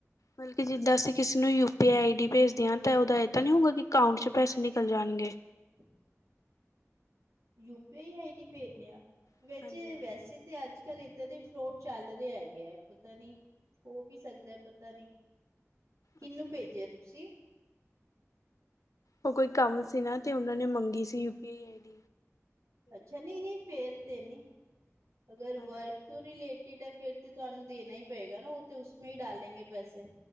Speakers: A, on the left (about 85°); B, on the right (about 85°).
A: ਮਤਲਬ ਜਿੱਦਾਂ ਅਸੀਂ ਕਿਸੇ ਨੂੰ U P I I D ਭੇਜਦੇ ਹਾਂ ਤਾਂ ਉਹਦਾ ਇਹ ਤਾਂ ਨੀ ਹੋਊਗਾ ਕਿ ਅਕਾਂਟ ਚ ਪੈਸੇ ਨਿਕਲ ਜਾਣ। ਹਨੇ
B: <unintelligible> ਯੂਪੀ ਆਈ ਆਈ ਡ ਭੇਜਦੇ ਆ
A: ਹਾਂਜੀ ਹਾਂਜੀ
B: ਵੈਸੇ ਤੇ ਅੱਜ ਕੱਲ ੱਦਾਂ ਦੇ ਫਰੋਡ ਚੱਲਦੇਹੇ ਹੈਗੇ ਹੈ ਪਤਾ ਨਹੀਂੀ ਹੋ ਵੀ ਸਕਦਾ ਪਤਾ ਨਹੀਂ। ਕਿਹਨੂੰ
A: ਅੱਛਾ
B: ਭੇਜਿਆ ਤੁਸੀਂ।
A: ਉਹ ਕੋਈ ਕੰਮ ਸੀ ਨਾ ਤੇ ਉਹਨਾਂ ਨੇ ਮੰਗੀ ਸੀ ਯੂਪੀ ਆਈ ਆਈ ਡ
B: ਅੱਛਾ! ਨਹੀਂ ਨਹੀਂ ਫੇਰ ਤੇ ਨਹੀਂ। ਅਗਰ
A: ਹਾਂਜੀ
B: ਵਰਕ ਤੋਂ ਰਿਲੇਟ ਾ ਫੇਿਰ ਤੇ ਤੁਹਾਨੂੰ ਦੇਣਾ ਹੀ ਪਏਗਾ ਨਾ। ਉਹ ਤੇ ਉਸਮੇ ਹੀ ਡਾਲੇਂਗੇ ਪੈਸੇ।